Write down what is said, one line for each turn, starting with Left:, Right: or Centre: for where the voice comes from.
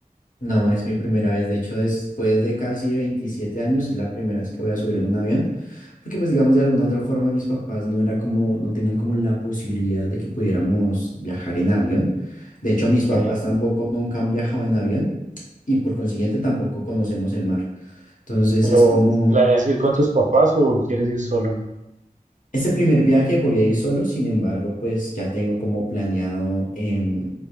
Left: No, es mi primera vez. De hecho, después de casi 27 años, es la primera vez que voy a subir en un avión. Porque, pues, digamos, de alguna u otra forma, mis papás no era como, no tenían como la posibilidad de que pudiéramos viajar en avión. De hecho, mis
Right: Ok,
Left: papás tampoco nunca han viajado en avión y por consiguiente tampoco conocemos el mar. Entonces,
Right: pero
Left: es como
Right: ¿planeas ir con tus papás o quieres ir solo?
Left: Ese primer viaje voy a ir solo, sin embargo, pues ya tengo como planeado em,